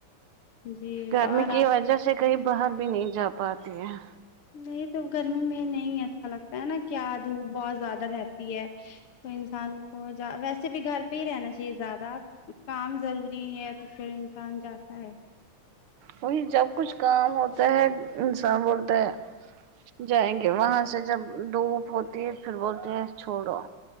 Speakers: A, on the left; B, on the right.
A: جی
B: گرمی
A: اور
B: کی
A: آپ
B: وجہ سے کہیں باہر بھی نہیں جا پاتے ہیں
A: نہیں تو گرمی میں نہیں اچھا لگتا ہے نا کیا دھوپ بہت زیادہ رہتی ہے تو انسان کو ویسے بھی گھر پہ ہی رہنا چاہیے زیادہ کام ضروری ہے تو پھر انسان جاتا ہے
B: وہی جب کچھ کام ہوتا ہے انسان بولتے ہیں جائیں گے وہاں سے جب دھوپ ہوتی ہے پھر بولتے ہیں چوڑو